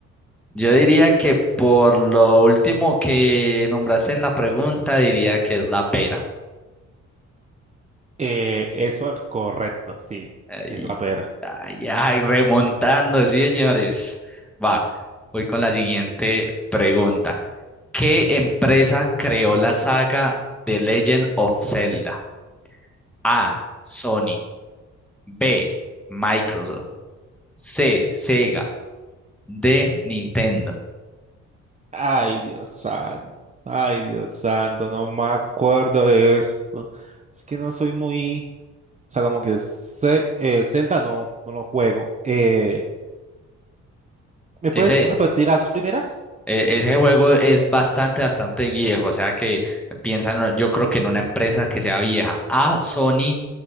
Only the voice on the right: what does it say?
Eh, eso es correcto, sí,
es la pera.
Ay, Dios santo. Ay, Dios santo, no me acuerdo de esto. Es que no soy muy... O sea, como que ce- eh, Zelda no, no lo juego. Eh, ¿me
puedes repetir las dos primeras?